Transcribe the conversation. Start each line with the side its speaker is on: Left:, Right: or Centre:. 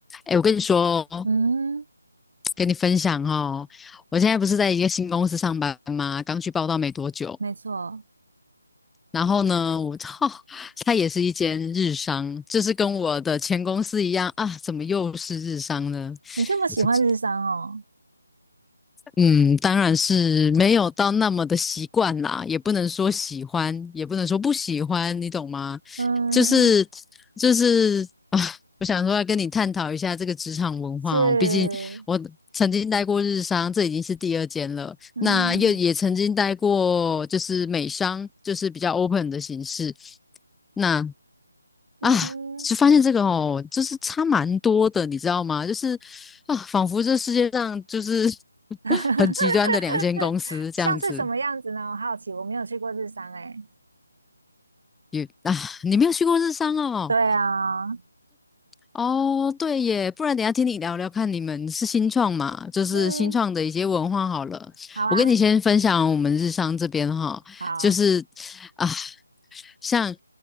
Centre: 哎，我跟你说，
Right: 嗯，
Centre: 跟你分享哦，我现在不是在一个新公司上班吗？刚去报道没多久，
Right: 没错，
Centre: 然后呢，我操，<laughs> 它也是一间日商，就是跟我的前公司一样啊，怎么又是日商呢？
Right: 你这么喜欢日商哦，
Centre: <laughs> 嗯，当然是没有到那么的习惯啦，也不能说喜欢，也不能说不喜欢，你懂吗？
Right: 嗯，
Centre: 就是就是啊，我想说要跟你探讨一下这个职场文化哦，
Right: 是，
Centre: 毕竟我曾经待过日商，这已经是第二间了，
Right: 嗯
Centre: 那又也曾经待过就是美商，就是比较 open 的形式。那啊，
Right: 嗯哼，
Centre: 就发现这个哦，就是差蛮多的，你知道吗？就是啊，仿佛这世界上就是 <laughs>
Right: <laughs>
Centre: 很极端的两间公司这样子。
Right: 像是什么样子呢？我好奇，我没有去过日商哎。
Centre: 也啊，你没有去过日商哦？
Right: 对啊，
Centre: 哦，对耶，不然等一下听你聊聊看，你们是新创嘛？就是新创的一些文化好了。
Right: 嗯，好啊，
Centre: 我跟你先分享我们日商这边哈，
Right: 好，
Centre: 就是啊，像